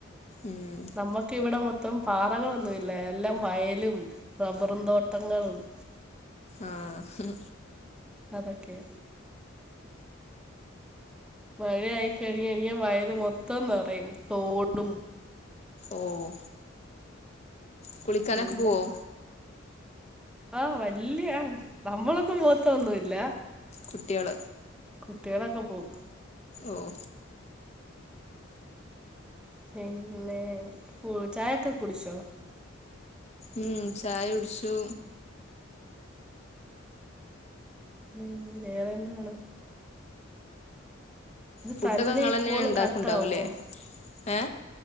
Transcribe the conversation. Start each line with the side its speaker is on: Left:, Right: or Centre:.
Left: ഉം
Centre: നമ്മക്ക് ഇവിടെ മൊ- ത്തം പാറകളൊന്നുവില്ല എല്ലാം വയലും റബ്ബറും തോട്ടങ്ങളും-
Left: ആഹ്
Centre: അതൊക്കെ മഴയായി കഴിഞ്ഞ്കഴിഞ്ഞാ വയല് മൊത്തം നറയും തോടും-
Left: ഓഹ് കുളിക്കാനൊക്കെ
Centre: പിന്നെ
Left: പോവോ?
Centre: ആഹ് വല്യ നമ്മളൊന്നും പോവത്തൊന്നുല്ല
Left: കുട്ടികള്
Centre: കുട്ടികളൊക്കെ പോവും
Left: ഓഹ്
Centre: പിന്നെ ചായൊക്കെ കുടിച്ചോ
Left: ഉം ചായ കുടിച്ചു
Centre: ഉം വേറെ എന്താണ്?
Left: ഫുഡൊക്കെ
Centre: തന്നെ
Left: നിങ്ങളന്നെ
Centre: ഈ കോള്
Left: ഉണ്ടാക്കുണ്ടാവൂല്ലേ
Centre: കട്ടാവുവോ
Left: ഏ